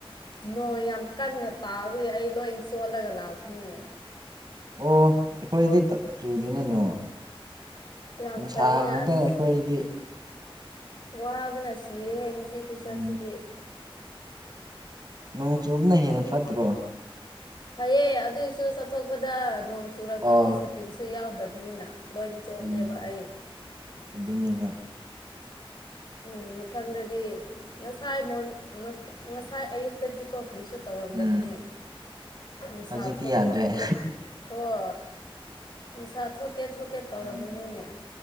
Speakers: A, on the left; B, on the right.
A: ꯅꯣꯡ ꯌꯥꯝ ꯀꯟꯅ ꯇꯥꯕꯒꯤ ꯑꯩ ꯂꯣꯏꯟ ꯆꯣꯜꯂꯒ ꯂꯥꯛꯄꯅꯤꯅꯦ
B: ꯑꯣ ꯑꯩꯈꯣꯏꯗꯤ ꯆꯨꯗꯅꯦ ꯅꯣꯡ
A: ꯌꯥꯝ
B: ꯅꯨꯡꯁꯥ
A: ꯐꯩꯅꯦ
B: ꯉꯥꯛꯇꯅ
A: ꯑꯁ
B: ꯑꯩꯈꯣꯏꯗꯗꯤ
A: ꯋꯥꯕꯅ ꯁꯤꯔꯦꯍꯦ ꯉꯁꯤ ꯈꯨꯆꯠꯁꯤꯗꯤ
B: ꯎꯝ ꯅꯣꯡ ꯆꯨꯕꯅ ꯍꯦꯟꯅ ꯐꯠꯇ꯭ꯔꯣ
A: ꯐꯩꯌꯦ ꯑꯗꯨꯏꯁꯨ ꯆꯠꯊꯣꯛꯄꯗ ꯅꯣꯡ ꯆꯨꯔꯛꯄꯗꯤ
B: ꯑꯥ
A: ꯁꯥꯇꯤꯟꯁꯨ ꯌꯥꯎꯗꯕꯅꯤꯅ ꯂꯣꯏꯟ ꯆꯣꯠꯂꯦꯕ
B: ꯎꯝ
A: ꯑꯩ
B: ꯑꯗꯨꯅꯦꯕ
A: ꯎꯝ ꯃꯊꯪꯗꯗꯤ ꯉꯁꯥꯏ ꯃꯣꯔꯅꯤꯡ ꯉꯁꯥꯏ ꯑꯌꯨꯛꯇꯗꯤꯀꯣ ꯀ꯭ꯔꯤꯁꯨ ꯇꯧꯔꯝꯗꯕꯅꯦ
B: ꯎꯝ
A: ꯅꯨꯡꯁꯥ
B: ꯍꯧꯖꯤꯛꯇꯤ
A: ꯊꯣꯛꯀꯦ
B: ꯌꯥꯗ꯭ꯔꯦ
A: ꯊꯣꯛꯀꯦ ꯍꯣꯏ ꯅꯨꯡꯁꯥ ꯊꯣꯛꯀꯦ ꯊꯣꯛꯀꯦ ꯇꯧꯔꯝꯕꯅꯤꯅꯦ
B: ꯎꯝ